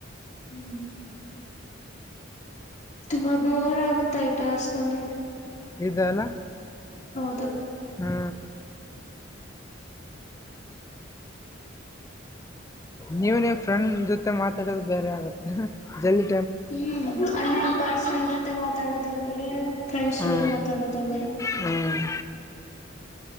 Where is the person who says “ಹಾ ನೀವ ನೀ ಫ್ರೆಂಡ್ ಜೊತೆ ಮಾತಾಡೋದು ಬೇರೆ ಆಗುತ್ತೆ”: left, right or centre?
Left